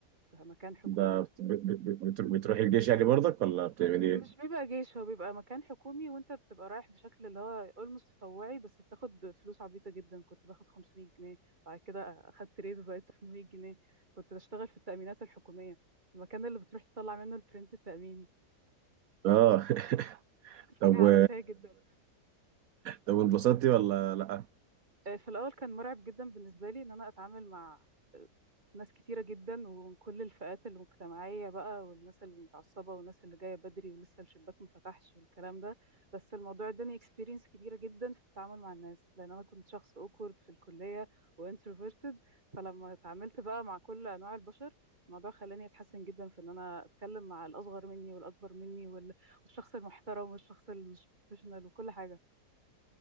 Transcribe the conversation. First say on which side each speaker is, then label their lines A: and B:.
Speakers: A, on the right (about 25°); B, on the right (about 65°).
A: فمكان حكومي
B: ده بت- ب- ب- بت- بتروحي الجيش يعني برضك ولا بتعملي
A: مش
B: ايه
A: بيبقى جيش هو بيبقى مكان حكومي وانت بتبقى رايح بشكل اللي هو اولموست تطوعي بس بتاخد فلوس عبيطة جدا كنت باخد 500 جنيه وبعد كده اخدت ريز وبقيت 800 جنيه كنت بشتغل في التأمينات الحكومية المكان اللي بتروح تطلع منه الفرنت التأميني
B: اه <laughs> طب
A: حاجة عبثية
B: و...
A: جدا
B: طب وانبسطتي ولا لا
A: آه، في الأول كان مرعب جدا بالنسبة لي إن أنا أتعامل مع آه، ناس كتيرة جدا ومن كل الفئات المجتمعية بقى والناس المتعصبة والناس اللي جاية بدري ولسه الشباك ما فتحش والكلام ده بس الموضوع اداني اكسبيرينس كبيرة جدا في التعامل مع الناس لأن أنا كنت شخص اوكورد في الكلية وانتروفيرتد فلما اتعاملت بقى مع كل أنواع البشر الموضوع خلاني اتحسن جدا في ان انا اتكلم مع الاصغر مني والاكبر مني وال- والشخص المحترم والشخص اللي مش بروفيشنال وكل حاجه